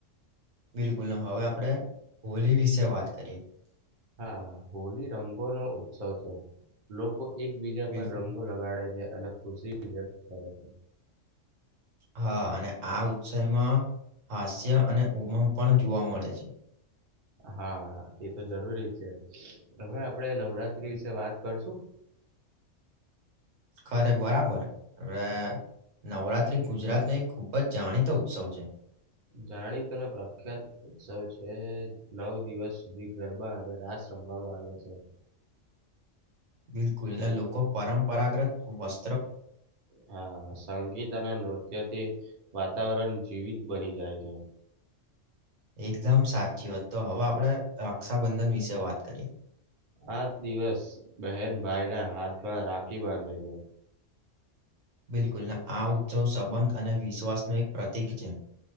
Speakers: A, on the right (about 80°); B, on the right (about 45°).
A: બિલકુલ ને હવે આપણેે હોલી વિશે વાત કરીએ.
B: હા, હોલી રંગોનો ઉત્સવ છે. લોકો એકબીજા
A: બિલકુલ
B: પર રંગો લગાડે છે અને ખુશી વ્યક્ત કરે છે.
A: હા, અને આ ઉત્સયમાં હાસ્ય અને ઉમંગ પણ જુવા મળે છે.
B: હા એ તો જરૂરી છે. હવે આપડે નવરાત્રી વિશે વાત કરશું.
A: ખરે બરાબર હવે નવરાત્રી ગુજરાતનો એક ખૂબ જ જાણીતો ઉત્સવ છે.
B: જાણીતો અને પ્રખ્યાત ઉત્સવ છે. નવ દિવસ સુધી ગરબા અને રાસ રમવામાં આવે છે.
A: બિલકુલ ને લોકો પરંપરાગ્રત વસ્
B: હા, સંગીત અને નૃત્ય થી વાતાવરણ જીવિત બની જાય છે.
A: એકદમ સાચી વાત. તો હવે આપણે રક્ષાબંધન વિશે વાત કરીએ.
B: આ દિવસ બહેન ભાઈના હાથમાં રાખી બાંધે છે.
A: બિલકુલ ને આ ઉત્સવ સંબંધ અને વિશ્વાસનું એક પ્રતિક છે.